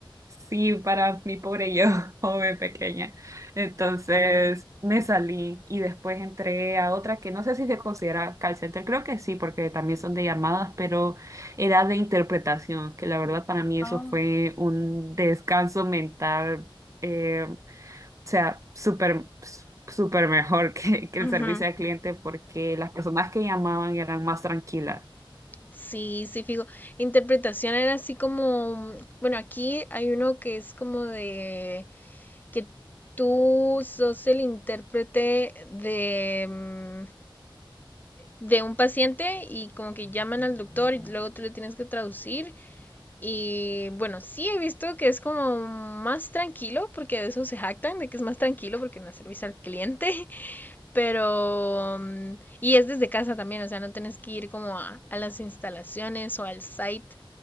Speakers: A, on the right; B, on the left.
A: Sí, para mi pobre yo, <laughs> joven pequeña. Entonces me salí y después entré a otra que no sé si se considera call center, creo que sí, porque también son de llamadas, pero era de interpretación, que la verdad para mí eso
B: Ah.
A: fue un descanso mental, eh, o sea, súper, s- súper mejor <laughs> que, que el
B: Ujú.
A: servicio al cliente, porque las personas que llamaban eran más tranquilas.
B: Sí, sí, fijo. Interpretación era así como, bueno, aquí hay uno que es como de que tú sos el intérprete de, mm, de un paciente y como que llaman al doctor y luego tú le tienes que traducir. Y bueno, sí he visto que es como más tranquilo, porque de eso se jactan, de que es más tranquilo porque no es servicio al cliente, <laughs> pero... mm, Y es desde casa también, o sea, no tienes que ir como a, a las instalaciones o al site